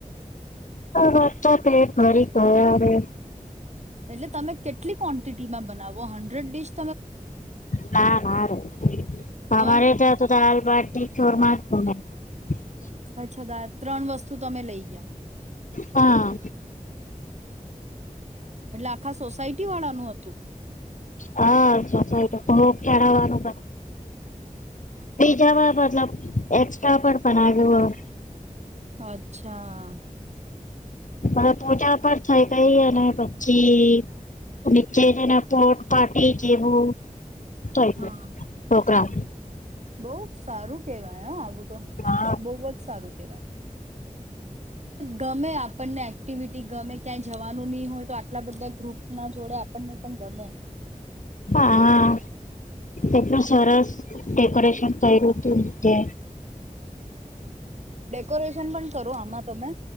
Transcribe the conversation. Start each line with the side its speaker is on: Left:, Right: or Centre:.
Left: વાચા ફરી તયરે
Right: એટલે તમે કેટલી ક્વોન્ટિટીમાં બનાવો હન્ડ્રેડ િશ
Left: ના ના ર
Right: તો
Left: અમારે તો તોાલ <unintelligible>
Right: અચ્છા દા ત્રણ વસ્તુ શું તમે લઈ ગયા,
Left: હા,
Right: એટલે આખા સોસાયટી વાળાનું હતું?
Left: હા, સોસાયગ ચઢવાનું બીજા મતલબ એસ્ટા પણ બના
Right: અચ્છા
Left: મ પૂજા પણ થઈ ગઈ અને પછી નીચે જને પોટ પાર્ટ જેવું થઈ
Right: હા
Left: ગયું પ્રોગ્રામ
Right: બહ સારું કેવાય હા આવું તો
Left: હા
Right: બહ જ સારું કેવાય ગમે આપણને એક્ટિવિટી ગમે ક્યાંય જવાનું નહીિ હોય તો આટલા બધા ગ્રુપ ના જોડે આપણને પણ ગમે
Left: હા એટલું સરસ ડેકોરેશન તઈરોત રધે
Right: કોરેશન પણ કરો આમાં તમે